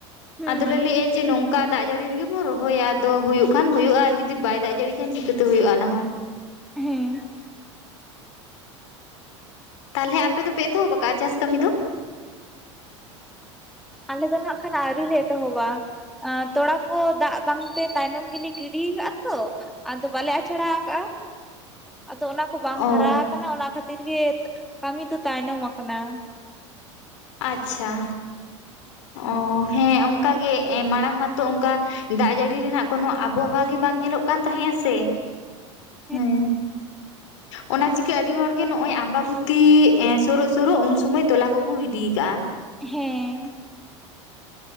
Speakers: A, in the centre; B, on the left.
A: ᱦᱩᱸ
B: ᱟᱫᱚᱞᱮ ᱞᱟᱹᱭᱮᱜ-ᱟ ᱡᱮ ᱱᱚᱝᱠᱟ ᱫᱟᱜ ᱡᱟᱹᱲᱤᱼᱼ ᱨᱮᱜᱮ ᱵᱚᱱ ᱨᱚᱦᱚᱭᱟ ᱟᱫᱚ ᱦᱩᱭᱩᱜ ᱠᱷᱟᱱ ᱦᱩᱭᱩᱜᱼᱟ ᱡᱩᱫᱤ ᱵᱟᱭ ᱫᱟᱜ ᱡᱟᱹᱲᱤ ᱠᱷᱟᱱ ᱪᱤᱠᱟᱹᱛᱮ ᱦᱩᱭᱩᱜ-ᱟ ᱚᱱᱟ ᱦᱚᱸ᱾
A: ᱦᱮᱸ᱾
B: ᱛᱟᱦᱚᱞᱮ ᱟᱯᱮ ᱫᱚᱯᱮ ᱮᱛᱚᱦᱚᱵ ᱠᱟᱜ-ᱟ ᱪᱟᱥ ᱠᱟᱹᱢᱤ ᱫᱚ?
A: ᱟᱞᱮ ᱫᱚ ᱱᱟᱜ ᱠᱷᱟᱱ ᱟᱹᱣᱨᱤ ᱞᱮ ᱮᱛᱚᱦᱚᱵᱟ ᱛᱚᱲᱟ ᱠᱚ ᱫᱟᱜ, ᱵᱟᱝ ᱛᱮ ᱛᱟᱭᱱᱚᱢ ᱜᱮᱞᱮ ᱜᱤᱰᱤ ᱠᱟᱫ-ᱟ ᱛᱚ ᱟᱫᱚ ᱵᱟᱞᱮ ᱟᱪᱷᱟᱲᱟ ᱟᱠᱟᱫ-ᱟ᱾ ᱟᱫᱚ ᱚᱱᱟ ᱠᱚ ᱵᱟᱝ
B: ᱚ
A: ᱦᱟᱨᱟ ᱟᱠᱟᱱᱟ ᱚᱱᱟ ᱠᱷᱟᱹᱛᱤᱨ ᱜᱮ ᱠᱟᱹᱢᱤ ᱫᱚ ᱛᱟᱭᱱᱚᱢ ᱠᱟᱱᱟ᱾
B: ᱟᱪᱪᱷᱟ ᱚ ᱦᱮᱸ ᱚᱱᱠᱟ ᱜᱮ ᱢᱟᱲᱟᱝ ᱢᱟᱛᱚ ᱚᱱᱠᱟᱼᱼ ᱫᱟᱜ ᱡᱟᱹᱲᱤ ᱨᱮᱱᱟᱜ ᱠᱳᱱᱚ ᱟᱵᱚᱦᱟᱣᱟ ᱜᱮ ᱵᱟᱝ ᱧᱮᱞᱚᱜ ᱠᱟᱱ ᱛᱟᱦᱮᱸ-ᱟ ᱥᱮ᱾
A: <unintelligible>
B: ᱦᱮᱸ᱾ ᱚᱱᱟ ᱪᱤᱠᱟᱹ ᱟᱹᱰᱤ ᱦᱚᱲᱜᱮ ᱱᱚᱜ ᱚᱭ ᱟᱢᱵᱟ ᱵᱩᱛᱤ ᱮᱸ ᱥᱩᱨᱩᱜ ᱥᱩᱨᱩᱜ ᱩᱱ ᱥᱩᱢᱚᱭ ᱛᱚᱞᱟ ᱠᱚᱠᱚ ᱜᱤᱰᱤᱼᱼ ᱠᱟᱜᱼᱟ᱾
A: ᱦᱮᱸ᱾